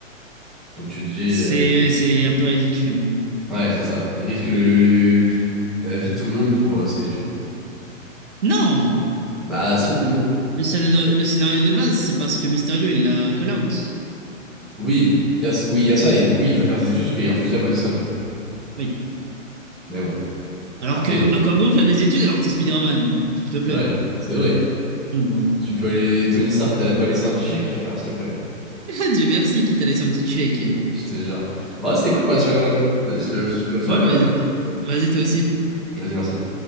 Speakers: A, in the centre; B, on the right.
A: Donc tu te dis,
B: C'est
A: euh,
B: ouais, c'est un peu ridicule.
A: ouais, c'est ça. Il risque le, le- le- la vie de tout le monde pour euh, ses études.
B: Non!
A: Bah, si, au début, hein.
B: Le scénario, le scénario de base, c'est parce que Mysterio, il l'a call out.
A: Oui, il y a, oui, il y a ça, et du coup, il veut faire ses études parce qu'il est refusé à cause de ça, du coup.
B: Oui.
A: Mais bon,
B: Alors
A: après,
B: que, à quoi bon faire des études alors que t'es Spider-Man? S'il te plaît.
A: c'est vrai, c'est vrai.
B: Genre.
A: Tu peux aller. Tony Stark, t'allais pas laisser un petit chèque, frère, s'il te plaît.
B: <laughs> Dieu merci qu'il t'a laissé un petit chèque. Ouais,
A: J'étais genre. Ouais, c'était cool de parler de Spider-Man. Vas-y, je te je te souhaite une bonne soirée,
B: bah, vas-y,
A: mon gars.
B: Vas-y, toi aussi.
A: Vas-y, merci.